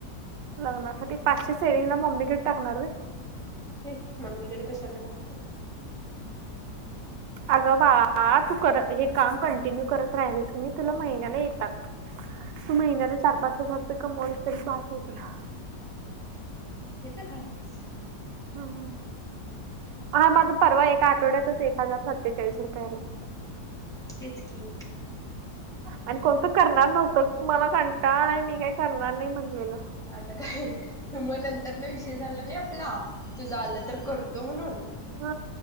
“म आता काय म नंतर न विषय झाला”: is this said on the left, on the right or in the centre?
Centre